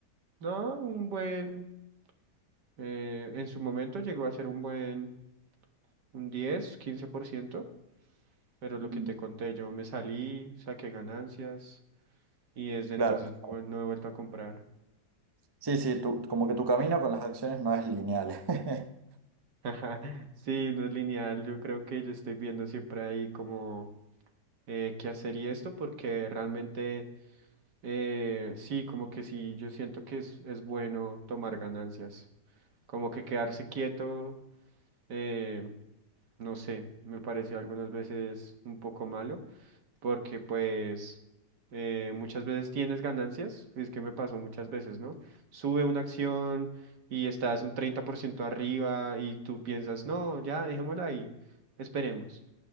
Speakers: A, on the right; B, on the right.
A: no, un buen... eh, en su momento llegó a ser un buen... Un diez quince por ciento Pero lo
B: Mm.
A: que te conté, yo me salí, saqué ganancias y desde
B: Claro.
A: entonces no, vuel- no he vuelto a comprar.
B: Sí, sí, tú, como que tu camino con las acciones no es lineal. <laughs>
A: <laughs> Sí, no es lineal. Yo creo que yo estoy viendo siempre ahí como eh, qué hacer y esto, porque realmente Eh, sí, como que sí, yo siento que es, es bueno tomar ganancias. Como que quedarse quieto, eh, no sé, me parece algunas veces un poco malo, porque pues eh, muchas veces tienes ganancias, es que me pasó muchas veces, ¿no? Sube una acción y estás un 30% arriba y tú piensas, no, ya, dejémosla ahí, esperemos.